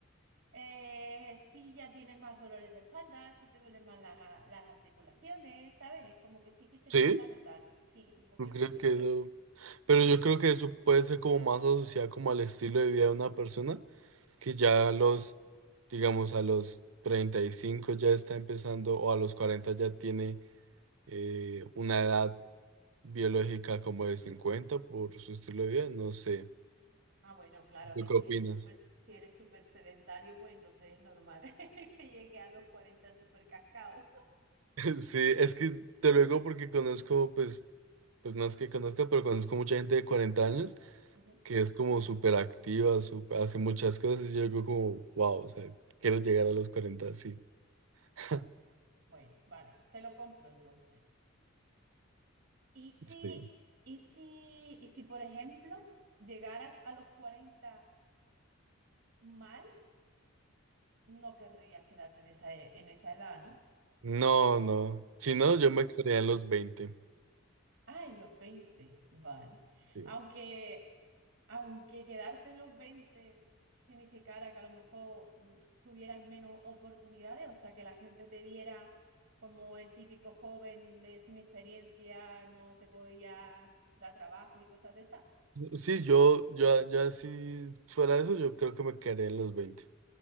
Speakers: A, on the right; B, on the right.
A: eh, sí ya tienes más dolores de espalda, sí te duelen más las, a- las articulaciones, ¿sabes? Como que sí que se
B: ¿Sí?
A: empieza a notar, sí, un poquito.
B: ¿Tú crees que eso? Pero yo creo que eso puede ser como más asociado como al estilo de vida de una persona que ya a los, digamos, a los 35 ya está empezando o a los 40 ya tiene eh, una edad biológica como de 50 por su estilo de vida, no sé.
A: Ah, bueno, claro,
B: ¿Tú
A: ves,
B: qué
A: si
B: opinas?
A: eres súper, si eres súper sedentario, pues entonces es normal <laughs> que llegue a los 40 súper cascado.
B: <laughs> Sí, es que te lo digo porque conozco, pues, pues no es que conozca, pero conozco mucha gente de 40 años
A: <laughs> Ujú.
B: que es como súper activa, sup- hace muchas cosas y yo digo como, wow, o sea, quiero llegar a los 40 sí. <laughs>
A: Bueno, vale, te lo compro entonces. ¿Y si,
B: Sí.
A: y si, y si, por ejemplo, llegaras a los 40 mal, no querrías quedarte en esa, e- en esa edad, ¿no?
B: No, no. Si no,
A: Vale.
B: yo me quedaría en los veinte
A: Ah, en los 20, vale.
B: Sí,
A: Aunque, aunque quedarte en los 20 significara que a lo mejor mm, tuvieras menos oportunidades, o sea, que la gente te viera como el típico joven de sin experiencia, no te voy a dar trabajo y cosas de esas.
B: Sí, yo, yo, ya si fuera eso, yo creo que me quedaría en los veinte